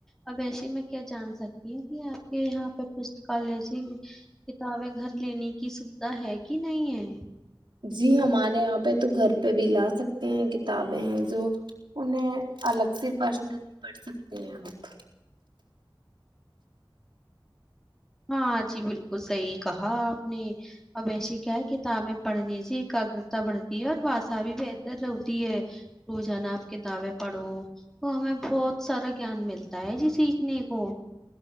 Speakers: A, in the centre; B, on the right (about 65°).
A: اب ایسے میں کیا جان سکتی ہوں کہ آپ کے یہاں پہ پستکالیہ سے کتابیں گھر لینے کی سوھا ہے کہ نہیں ہے
B: جی ہمارے یہاں پہ تو گھر پہ بھی لا سکتے ہیں کتابیں ہیں جو انہیں الگ سے پرسنلی پڑھ سکتے ہیں آپ
A: ہاں جی بالکل صحیح کہا آپ نے اور ویسے کیا ہے کتابیں پڑھنے سے ایکاگگرتا بڑھتی ہے اور باشا بھی بہتر رہتی ہے رو جانا آپ کتابیں پڑھو تو ہمیں بہت سارا گیان ملتا ہے جی سیکھنے کو